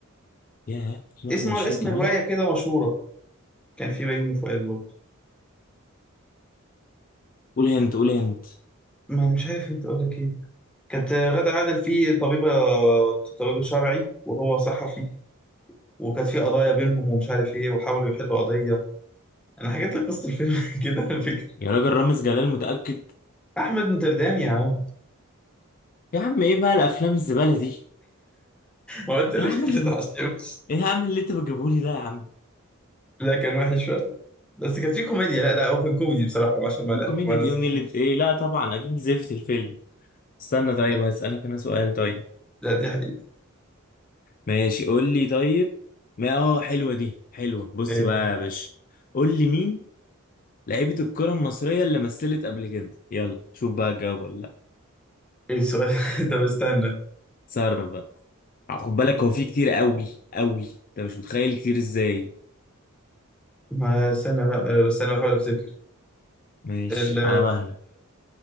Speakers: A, on the left (about 40°); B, in the centre.
A: ياه 2021
B: اسمه على اسم
A: كمان
B: رواية كده مشهورة كان في بيومي فؤاد برضه
A: قول هنت قول هنت
B: ما انا مش عارف انت اقول لك ايه كانت غادة عادل فيه طبيبة طبيب شرعي وهو صحفي وكانت في قضايا بينهم ومش عارف ايه وحاولوا يحلوا قضيه انا حكيت لك قصه الفيلم <laughs> كده على فكره
A: يا راجل رامز جلال متأكد
B: احمد نوتردام يا عم
A: يا عم ايه بقى الافلام الزبالة دي
B: ما قلت لك
A: ايه يا عم
B: <laughs>
A: اللي
B: ما تتعشمش
A: ايه يا عم اللي انت بتجيبه لي ده يا عم
B: لا كان وحش فعلا بس كانت في كوميديا لا لا هو كان كوميدي بصراحه عشان ما
A: كوميديا
B: ما نصدمش
A: دي اللي ايه لا طبعا اكيد زفت الفيلم استنى طيب
B: لا
A: هسألك انا سؤال طيب
B: لا، دي حقيقه
A: ماشي قول لي طيب ما اه حلوة دي حلوة بص
B: ايه
A: بقى يا باشا قول لي مين لعيبة الكرة المصرية اللي مثلت قبل كده يلا شوف بقى الجواب ولا لا
B: ايه السؤال <laughs> طب استنى
A: تصرف بقى خد بالك هو في كتير قوي قوي انت مش متخيل كتير ازاي
B: ما استنى بقى بس انا بحاول افتكر
A: ماشي
B: ال
A: على مهلك